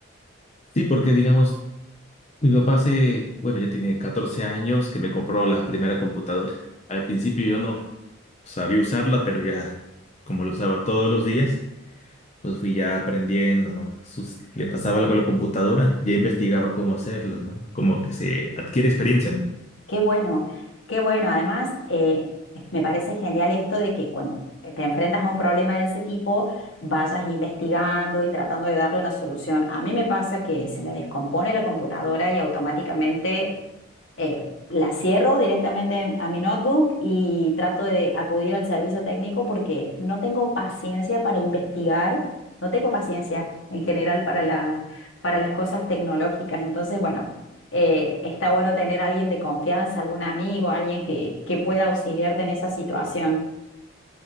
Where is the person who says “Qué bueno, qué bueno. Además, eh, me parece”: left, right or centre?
Left